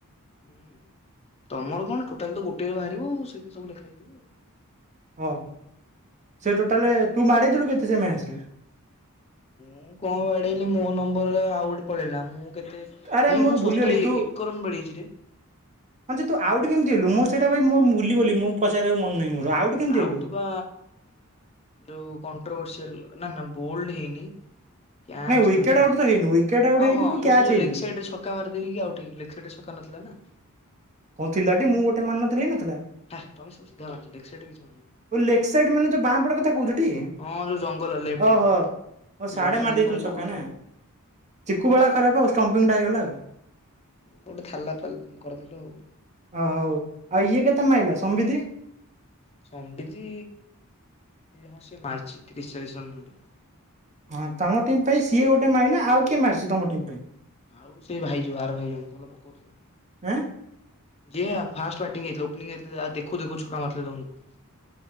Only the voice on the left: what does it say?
ଆଁ। ତମର କଣ ଟୋଟାଲ୍ ତ ଗୋଟେରେ ବାହାରିବ ଆଉ ସେଇଥିରେ ସବୁ ଲେଖା ହେଇଥିବ ଆଉ।
ମୁଁ କଣ ବାଡେଇଲି ମୋ ନମ୍ବରରେ ଆଉ ଗୋଟେ ପଳେଇଲା। ମୁଁ କେତେ
ଭାଇ
ମୁଁ ସତରେ
ଏକ ରନ୍ ବାଡେଇଛି ରେ।
ଆଉଟ୍
ବା ଯୋଉ କଣ୍ଟଭସିଆଲ ନା ବୋଲଡ ହେଇନି। କ୍ୟାଚ୍
ଧରିନି,
ହଁ
ହଁ
ମୁଁ
ସେ ଯୋଉ
ଲେଗ୍ ସାଇଟ୍ ରେ ଛ କା ମାରି ଦେଇକି ଆଉଟ୍ ହେଇଗଲି। ଲେଗ୍ ସାଇଟ୍ ରେ ଚକା ନଥିଲା ନା।
ହେଁ ତମେ <unintelligible> ଲେଗ୍ ସାଇଟ୍ ରେ କିଛି ବି କରିନ।
ହଁ ଯୋଉ ଜଙ୍ଗଲ ଲେଫ୍ଟରେ
ସେ
ଜଙ୍ଗଲକୁ
ପଳେଇଲା
ଆଉ
ଗୋଟେ ଥାାଲା ଥାଲ କରି ଦେଲୁ ଆଉ।
ସମ୍ବିତି ହଁ ସିଏ ମାରିଛି ତିରିଶ, ଚାଳିଶ ରନ ଖଣ୍ଡେ।
ଆଉ ସେ ଭାଇ ଯୋଉ ଆର ଭାଇ ଜଣେ ଭଲ ପକଉଥିଲେ।
ଯିଏ ଫାଷ୍ଟ ବ୍ୟାଟିଂ ହେଇଥିଲା ଓପନିଙ୍ଗି ଯାଇଥିଲେ ଦେଖୁ ଦେଖୁ ଛ କା ମାରିଥିଲେ। <unintelligible>